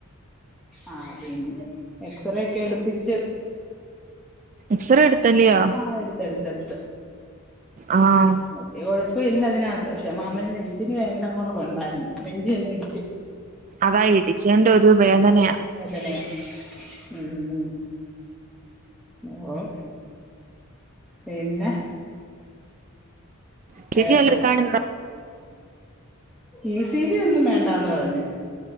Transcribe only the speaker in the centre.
ആ പിന്നെ എക്സറേ ഒക്കെ എടുപ്പിച്ച്
ആ എടുത്ത് എടുത്ത് എടുത്ത്
വലിയ കുഴപ്പല്ല അതിനകത്ത് പക്ഷെ മാമന് നെഞ്ചിന് വേദന പോണ കൊണ്ടായിരുന്നു നെഞ്ചി ഒന്ന് ഇടിച്ച്
വേദനയാ ഉം ഉം ഓഹ് പിന്നെ
വേറെ
ഇ സി ജി ഒന്നും വേണ്ടാന്ന് പറഞ്ഞ്